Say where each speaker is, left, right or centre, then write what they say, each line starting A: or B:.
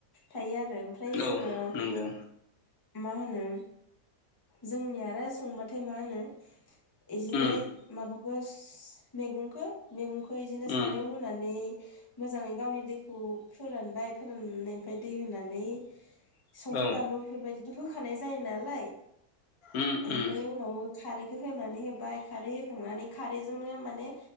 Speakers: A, on the left; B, on the left.
A: थायो आ आरो ओमफ्राय
B: औ
A: जोङो
B: नंगौ
A: मा होनो जोंनिया आरो संबाथाय मा होनो बिदिनो
B: उम
A: माबाफोर मैगंखौ मैगं बिदिनो सारायाव
B: उम
A: होनानै मोजाङै गावनि दैखौ फोरानबाय फोराननायनि फ्राय दै होनानै संख्रि
B: औ
A: बानलु बेफोरबाय होखानाय जायो नालाय
B: उम
A: ओमफ्राय
B: उम
A: उनाव खारैखौ होनानै होबाय खारै होखांनानै खारैजोंनो माने